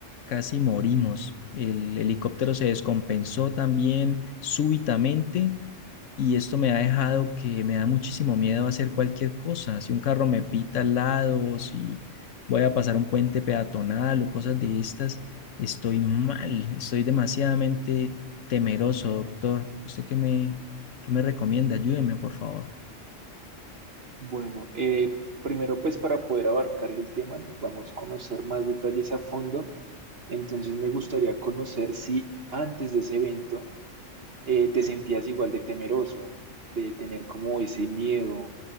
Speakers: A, on the left; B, on the right.
A: casi morimos. El helicóptero se descompensó también súbitamente y esto me ha dejado que me da muchísimo miedo hacer cualquier cosa. Si un carro me pita al lado, si voy a pasar un puente peatonal o cosas de estas, estoy mal, estoy demasiadamente temeroso, doctor. ¿Usted qué me, qué me recomienda? Ayúdeme, por favor.
B: Bueno, eh, primero pues para poder abarcar el tema necesitamos conocer más detalles a fondo. Entonces me gustaría conocer si antes de ese evento eh, te sentías igual de temeroso, de tener como ese miedo